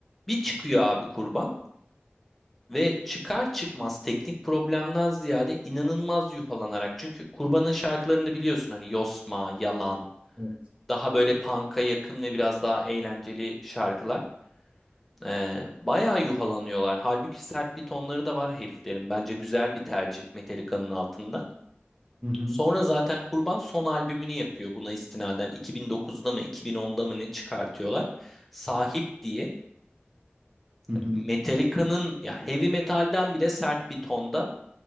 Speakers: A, in the centre; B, on the right.
A: bir çıkıyor abi Kurban ve çıkar çıkmaz teknik problemden ziyade inanılmaz yuhalanarak çünkü Kurban'ın şarkılarını biliyorsun hani Yosma, Yalan
B: evet.
A: daha böyle punk'a yakın ve biraz daha eğlenceli şarkılar. Ee, bayağı yuhalanıyorlar. Halbuki sert bir tonları da var heriflerin. Bence güzel bir tercih Metallica'nın altında.
B: Hı hı,
A: Sonra zaten Kurban son albümünü yapıyor buna istinaden. 2009'da mı 2010'da mı ne çıkartıyorlar? Sahip diye.
B: hı
A: Hani
B: hı.
A: Metallica'nın ya heavy metalden bile sert bir tonda